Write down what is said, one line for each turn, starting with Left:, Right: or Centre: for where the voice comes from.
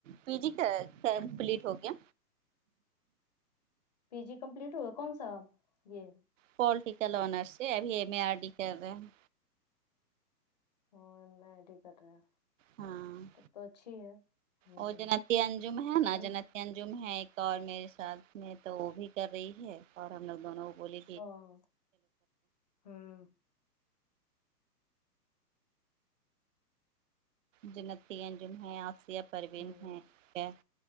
Right: پی جی کا کمپلیٹ ہو گیا
Left: پی جی کمپلیٹ ہوا کون سا اب یے
Right: پولیٹیکل آنرس سے ابھی ایم اے آر ڈی کر رہے ہیں
Left: ہاں ایم اے آر ٹی کر رہے ہے
Right: ہاں
Left: تب تو اچھی ہ
Right: اور جنتی انجم ہے نا
Left: ہ
Right: جنتی انجم ہے ایک اور میرے ساتھ میں تو وہ بھی کر رہی ہے اور ہم لوگ دونوں کو بولی
Left: ہاں ہمم
Right: جنتی انجم ہیں آسیہ پروین
Left: آمم ہمم
Right: ہے ایک